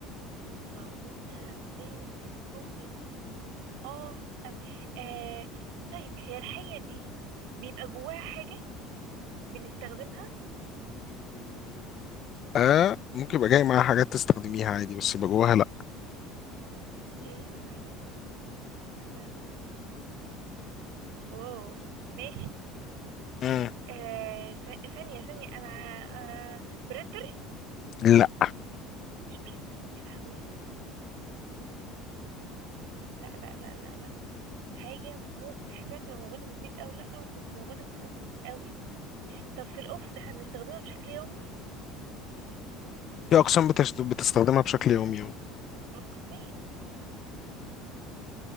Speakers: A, on the right; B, on the left.
A: موجودة في الأوفيس اه أوي آه طيب هي الحاجة دي بيبقى جواها حاجة بنستخدمها
B: لا ممكن يبقى جاي معاها
A: حاجة
B: حاجات تستخدميها عادي بس يبقى جواها لا
A: جاي معاها حاجة بستخدمها واو ماشي
B: مم،
A: آه س- ثانية ثانية أنا آه برينتر
B: لا
A: مش برينتر يا لهوي استنى لا لا لا لا لا حاجة مو احتمال تبقى موجودة في البيت أو لأ أو بس موجودة في الأوفيس أوي طب في الأوفيس احنا بنستخدمها بشكل يومي
B: في أقسام بتست- بتستخدمها بشكل يومي أهو.
A: أقسام